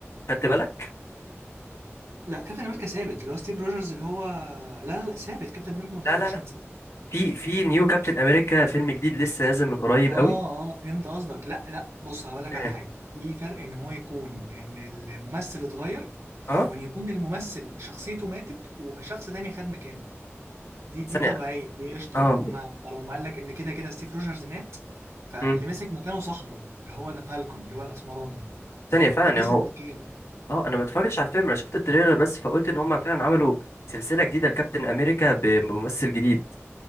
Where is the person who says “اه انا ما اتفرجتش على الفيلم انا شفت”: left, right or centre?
Left